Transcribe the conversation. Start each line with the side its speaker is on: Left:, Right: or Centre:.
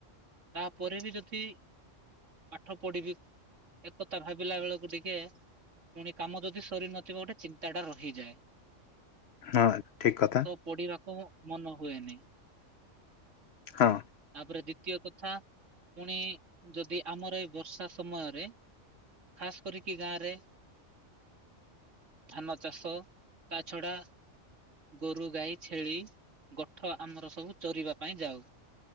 Right: ତାପରେ ବି ଯଦି ପାଠ ପଢିବି ଏକ ତା ଭାବିଲା ବେଳକୁ ଟିକେ ପୁଣି କାମ ଯଦି ସରିନଥିବ ଗୋଟେ ଚିନ୍ତାଟା ରହିଯାଏ।
Left: ହଁ ଠିକ୍ କଥା।
Right: ତ ପଢିବାକୁ ମନ ହୁଏନି
Left: ହଁ
Right: ତାପରେ ଦି ଦ୍ଵିତୀୟ କଥା ପୁଣି ଯଦି ଆମର ଏଇ ବର୍ଷା ସମୟରେ ଖାସ୍ କରିକି ଗାଁ ରେ ଧାନ ଚାଷ ତା ଛଡ଼ା ଗୋରୁ ଗାଈ ଛେଳି ଗୋଠ ଆମର ସବୁ ଚରିବା ପାଇଁ ଯାଉ।